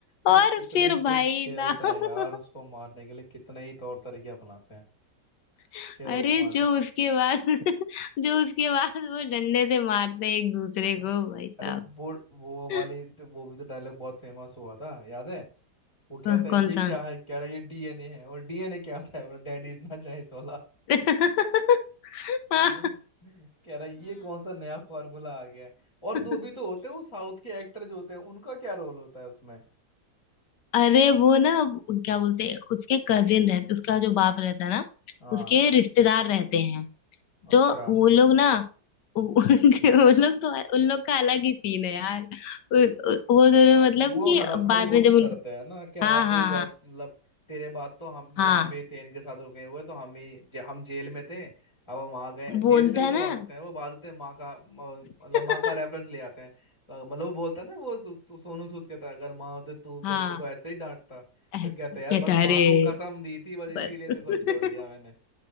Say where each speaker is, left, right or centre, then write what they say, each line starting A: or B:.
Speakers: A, on the left (about 15°); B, on the left (about 80°).
A: वो
B: <laughs> और
A: कितने
B: फिर
A: ट्रिक्स
B: भाई
A: खेलता
B: साहब
A: है यार उसको मारने के लिए कितने ही तौर तरीके अपनाते हैं
B: <laughs>
A: कि वो
B: अरे
A: मार
B: जो
A: दे
B: उसके बाद <laughs> जो उसके बाद वो डंडे से मारते हैं एक दूसरे
A: तो,
B: को भाई साहब
A: अरे वो वो वाली
B: <laughs>
A: तो, वो भी तो डायलॉग बहुत फेमस हुआ था याद है वो
B: कौन
A: कहता है
B: कौन
A: ये
B: सा
A: क्या है कह रहा है ये डीएनए है और डीएनए क्या होता है बोला डैडी इज नॉट चाइनीज वाला
B: <laughs> हाँ
A: है ना कह रहा है ये कौन सा नया फॉर्मूला आ गया है और
B: हाँ
A: दो भी तो होते हैं वो साउथ के एक्टर जो होते हैं उनका क्या रोल होता है उसमें
B: अरे वो ना क्या बोलते हैं उसके कजिन रहते उसका जो बाप रहता है ना
A: हाँ
B: उसके रिश्तेदार रहते हैं
A: अच्छा
B: तो वो लोग ना वो <laughs> वो लोग तो उन लोग का अलग ही सीन है यार उ- उ- वो दोनों मतलब
A: वो
B: कि
A: हड़पने
B: बाद
A: की कोशिश
B: में जब
A: करते
B: उन
A: हैं ना कि हाँ
B: हाँ हाँ
A: तो जा
B: हाँ
A: मतलब तेरे बाद तो हम मतलब
B: हाँ
A: हम ही थे इनके साथ रुके हुए तो हम ही जे, हम जेल में थे अब हम आ गए
B: बोलता
A: जेल से भी तो
B: है
A: भागते
B: ना
A: हैं वो भागते हैं माँ का म-
B: <laughs>
A: मतलब माँ का रेफरेंस ले आते हैं तो मतलब वो बोलता है ना वो सो, सो, सोनू सूद कहता है अगर माँ होते तू क्या
B: हाँ
A: मेरे को ऐसे ही डांटता
B: ऐ-
A: फिर कहते हैं यार
B: कहता
A: बस
B: है,
A: माँ
B: अरे
A: को कसम दी थी बस
B: बस
A: इसीलिए तेरे को छोड़ दिया मैंने